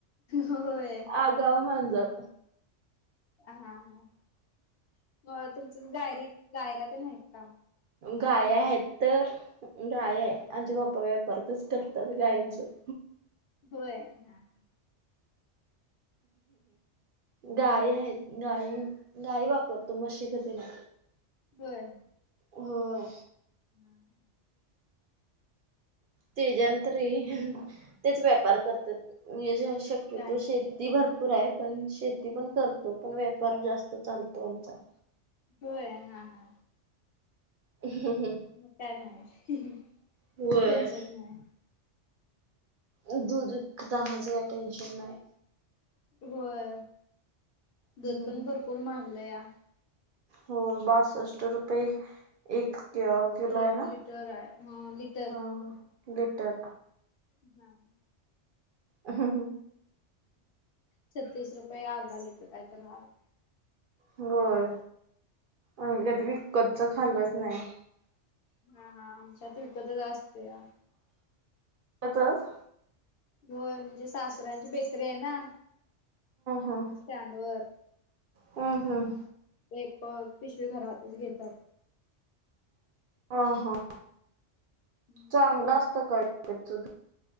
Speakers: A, on the left; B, on the right.
A: होय
B: आगाव मांजार
A: हा हा मग तुमच गायरी गायऱ्या ते आहेत ना
B: गाय आहेत तर गाय आहे आमचे पप्पा व्यापार गायचे
A: होय हा
B: गाय आहेत गाय गाय वापरतो म्हशी नाही
A: होय
B: होय
A: हम्म ह
B: ते जनंतरी तेच व्यापार करत ज शक्यतो
A: गाय
B: श शेती भरपूर आहे पण शेती पण करतो पण व्यापार जास्त चालतो आमचा
A: होय हा हा
B: ह
A: मग काय नाही
B: होय.
A: टेन्शन नाही
B: दूध उता्हायचं का टेनशन नाही
A: होय दत
B: हम्म
A: पण भरपूर मांारलं या
B: हो बासष्ट रुपये एक क कला
A: एक
B: आहे ना
A: लिटर आहे हा लिटर
B: ह ह गेटर.
A: हम.
B: हा हा.
A: छत्तीस रुपये अर्धा लिटर काय तर हाय.
B: होय, आम्ही कधी विकतचं खाल्लंच नाही.
A: हा हा, आमच्यात विपतच असतया.
B: त्यातच?
A: होय, म्हणजे सासर्‍यांची बेकरी आहे ना.
B: हम्म
A: स्टँड वर.
B: हम्म हम्म
A: एक पिशवी घरातच घेतात.
B: ह ह,
A: हम्म
B: चांगलं असतं का विकतचं दूध?